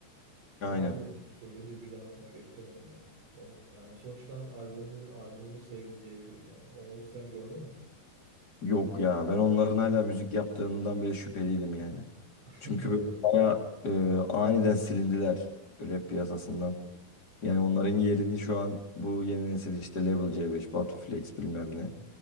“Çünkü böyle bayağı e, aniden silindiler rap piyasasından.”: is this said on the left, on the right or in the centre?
Left